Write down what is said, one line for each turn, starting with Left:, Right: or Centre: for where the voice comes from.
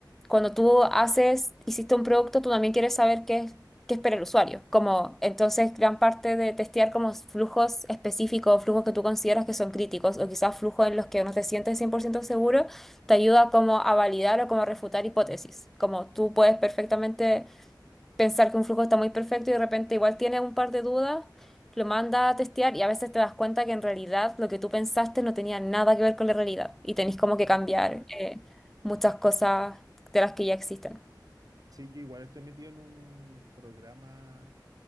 Centre: cuando tú haces, hiciste un producto, tú también quieres saber qué, qué espera el usuario. Como, entonces, gran parte de testear como flujos específicos, flujos que tú consideras que son críticos, o quizás flujos en los que no te sientes 100% seguro, te ayuda como a validar o como a refutar hipótesis. Como tú puedes perfectamente pensar que un flujo está muy perfecto y de repente igual tienes un par de dudas, lo manda a testear y a veces te das cuenta que en realidad lo que tú pensaste no tenía nada que ver con la realidad y tenés como que cambiar
Right: Mm.
Centre: eh, muchas cosas de las que ya existen.
Right: Sí, yo igual estoy metido en un programa